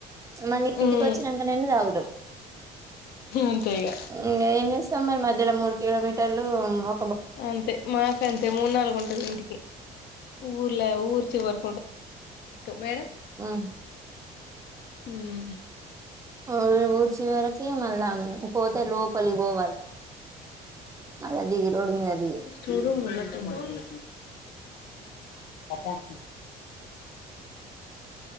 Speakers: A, on the right (about 20°); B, on the left (about 70°).
A: మళ్ళీ
B: ఉమ్
A: ఇంటికి వచ్చినాంక నాయిన తాగుదాం
B: అంతే ఇగ
A: ఇంకా ఏం చేస్తాం మరి మధ్యలో మూడు కిలోమీటర్లు ఇంగా
B: అంతే మాక అంతే మూడు నాలుగు ఉంటది ఇంటికి ఊర్ల ఊరు మేడం
A: మ్మ్
B: ఉను
A: ఆమె ఊడ్చే వరకి మళ్ళా పోతే లోపలికి పోవాలి మళ్ళా దిగి రోడ్డు మీద దిగి
B: స్టో రూమ్ లో ఉన్నట్టు ఉంది హూమ్